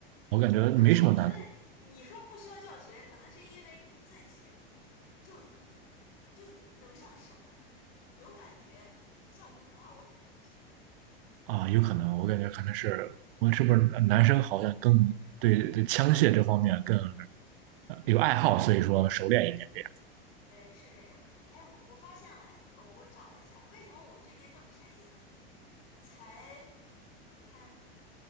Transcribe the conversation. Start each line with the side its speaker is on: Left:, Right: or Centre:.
Right: 我感觉没什么难度
Left: 可是我觉得你说不需要教学，可能是因为你自己就就能上手，有感觉。像我的话，我肯定不行。
Right: 啊，有可能，我感觉可能是我们是不是男生好像更对对枪械这方面更呃有爱好，
Left: 嗯，
Right: 所以说熟练一点
Left: 对。嗯，是这样。哎，我我发现了，哎，我我找了一下，为什么我们这边这么便宜呢？才我看